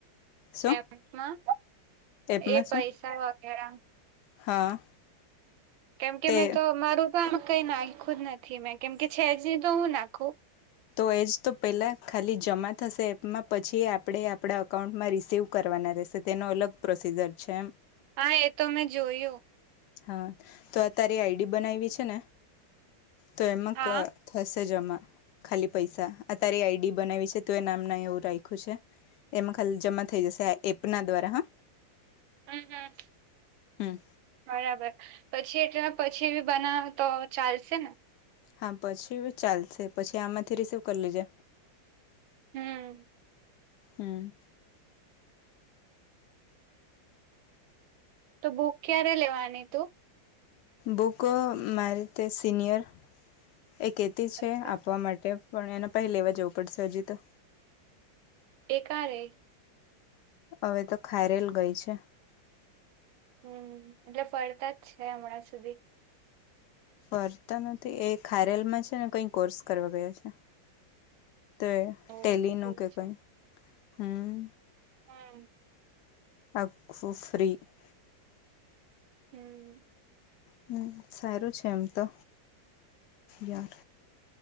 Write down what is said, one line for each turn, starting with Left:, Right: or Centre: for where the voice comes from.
Left: શું
Right: એમાં
Left: એપમાં
Right: એ પૈસા
Left: શું
Right: વગેરા
Left: હા
Right: કેમ કે
Left: તે
Right: મેં તો મારું તો આમ કઈ નાખું જ નથી મેં કેમકે છેજની તો હું નાખું
Left: તો એજ તો પહેલાં ખાલી જમા થશે એપમાં પછી આપણે આપણા અકાઉન્ટમાં રિસીવ કરવાના રહેશે તેનો અલગ પ્રોસીજર છે.
Right: હા એ તો મેં જોયું
Left: હા તો તારી આઈડી બનાવીવી છે ને તો એમાં
Right: હા
Left: કર થશે જમા ખાલી પૈસા આ
Right: હમ
Left: તારી આઈડી બનાવી છે તું એ નામ ના એવું રાખ્યું છે. એમાં ખાલી જમા થઈ જશે આ એપ ના દ્વારા હા
Right: <unintelligible>
Left: હમ
Right: બરાબર પછી એટલે પછી બી બનાવ તો ચાલશે ને
Left: હા પછી ચાલશે પછી આમાંથી રિસીવ કરી લીજે
Right: હમ
Left: હમ
Right: બુક ક્યારે લેવાની તું
Left: બુક મારીતે સિનિયર એ કહેતી છે
Right: અચ્છા
Left: આપવા માટે પણ એના પાહે લેવા જવું પડશે અજી તો
Right: એકાહારે
Left: હવે તો ખાયરેલ ગઈ છે,
Right: હમ એટલે ફરતા જ છે હમણાં સુધી
Left: ફરતા નથી એ ખારેલ માં છે ને કઈ કોર્સ કરવા ગયા છે. તો
Right: ઓ
Left: ટેલી
Right: ઠીક
Left: નું કે
Right: છે
Left: કઈ હમ
Right: હમ
Left: <unintelligible>
Right: હમ
Left: હમ સારું છે એમ તો યાર